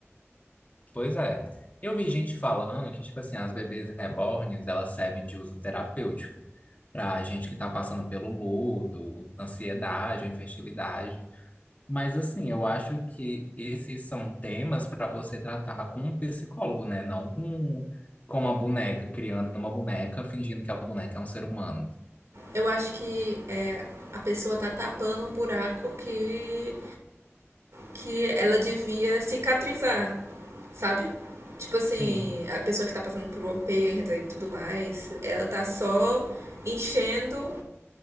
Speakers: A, on the left; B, on the right.
A: Pois é. Eu vi gente falando que, tipo assim, as bebês rebornes, elas servem de uso terapêutico pra gente que tá passando pelo luto, ansiedade, infertilidade. Mas, assim, eu acho que esses são temas para você tratar com um psicólogo, né? Não com, com uma boneca, criando uma boneca, fingindo que a boneca é um ser humano.
B: Eu acho que é, a pessoa tá tapando um buraco que, que ela devia cicatrizar, sabe? Tipo assim,
A: Sim,
B: a pessoa que tá passando por uma perda e tudo mais, ela tá só enchendo